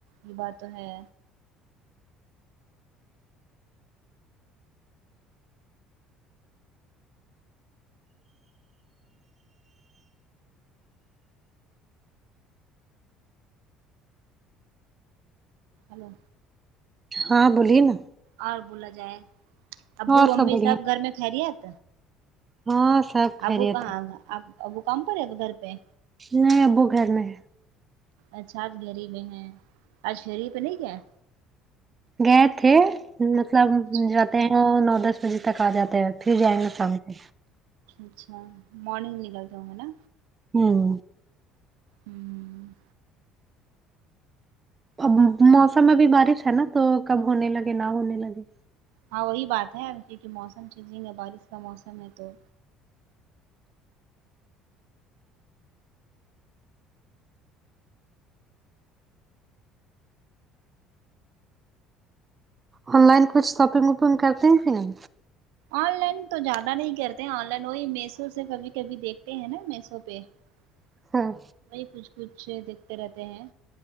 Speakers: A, on the right; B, on the right.
A: یہ بات تو ہے ہلو
B: ہاں بولیے نا
A: اور بولا جائے ابو
B: اور
A: امی
B: بڑھیا
A: سب گھر میں خیریت
B: ہاں سب خیریت
A: ابو کہاں
B: ہے
A: اب ابو کام پر ہے گھر پہ
B: نہیں ابو گھر میں ہے
A: اچھا آج گھر ہی میں ہے آج گری پہ نہیں گیا
B: گئے تھے مطلب
A: اچھا
B: جاتے ہیں وہ نو دس بجے تک آ جاتا ہے پھر جائیں گے شام کو
A: اچھا مارننگ نکلتے ہونگے نہ
B: ہوں
A: ہوں
B: اب موسم ا بھی بارش ہے نا تو کب ہونے لگے نہ ہونے لگے
A: ہاں وہی بات ہے کیونکہ موسم چینجنگ ہے بارش کا موسم ہے تو
B: آن لائن کچھ شاپنگ وپنگ کرتے ہیں
A: آن لائن تو زیادہ نہیں کرتے آن لائن وہی میسو سے کبھی کبھی دیکھتے ہیں نا میسو پہ وہی
B: ہوں
A: کچھ کچھ دیکھتے رہتے ہیں